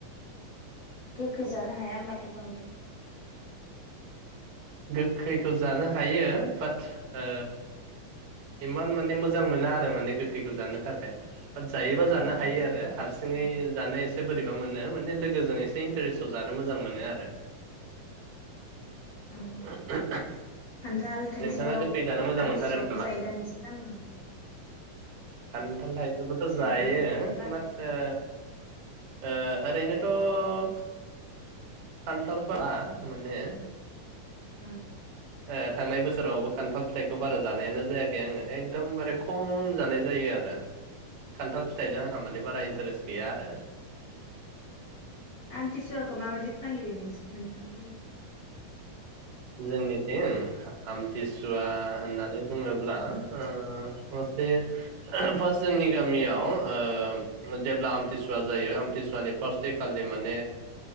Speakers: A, on the left (about 45°); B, on the right (about 70°).
A: गोखै जानो हाया होमबाथ' बांद्राय
B: गोखैखौ जानो हायो बाट ओ
A: ओं
B: इमान माने मोज मोजां मोना आरो माने गोखैखौ जानो थाखाय बात जायोबा
A: ओं
B: जानो हायो
A: ओं
B: आरो हारसिङै
A: ओं
B: जानो एसे बोरैबा मोनो माने लोगोजों एसे इन्टारेस्टआव जानो मोजां मोनो
A: औ
B: आरो
A: औ
B: <unintelligible>
A: खान्थाल थाइजौ
B: नोंथाङा गोखै जानो मोजां
A: आमथिसुआवथ'
B: मोनथारो नामा
A: जायो दा नोंसोर गामियावबो
B: खान्थाल थाइजौखौथ' जायो
A: हायो ओरैनोबा हाया
B: बात ओ ओ ओरैनोथ' खान्थालफोरा माने
A: उम।
B: ओ थांनाय बोसोरावबो खान्थाल फिथाइखौ बारा जानायानो जायाखै आङो एखदमबारे खम जानाय जायो आरो खान्थाल फिथाइजों आंहा माने बारा इन्टारेस्ट गैया आरो
A: आमथिसुवाखौ माबायदि फालियो नोंसि नोंथांमोननिखै
B: जोंनिथिं आमथिसुवा होननानै बुङोब्ला ओ मुथुथे फार्स्ट जोंनि गामियाव ओ जेब्ला आमथिसुवा जायो आमथिसुवानि फार्स्ट हैखालि माने